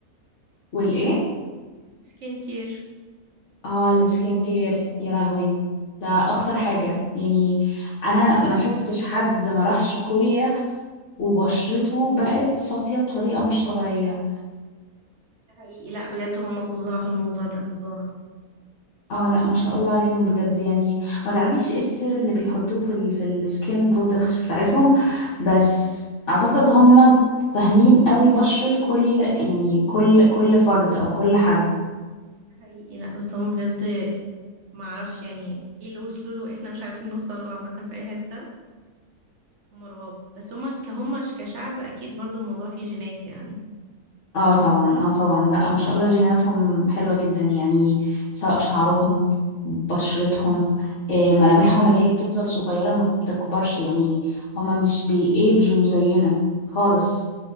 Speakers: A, on the left; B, on the right.
A: والإيه؟
B: سكين كير
A: اه السكين كير يا لهوي ده أخطر حاجة يعني أنا ما شفتش حد ما راحش كوريا وبشرته بقت صافية بطريقة مش طبيعية
B: ده حقيقي لا بجد هم فظاع في الموضوع ده فظاع
A: اه لا ما شاء الله عليهم بجد يعني ما تعرفيش ايه السر اللي بيحطوه في ال في السكين برودكتس بتاعتهم بس اعتقد هم فاهمين قوي بشرة كل يعني كل كل فرد او كل حد
B: ده حقيقي لا بس هم بجد ما اعرفش يعني ايه اللي وصلوا له احنا مش عارفين نوصل له عامة في اي حتة هم رهاب بس هم كهم كشعب اكيد برضو الموضوع فيه جينات يعني
A: اه طبعا اه طبعا لا ما شاء الله جيناتهم حلوة جدا يعني سواء شعرهم بشرتهم آه، ملامحهم اللي هي بتفضل صغيرة ما بتكبرش يعني هما مش بيأجوا زينا خالص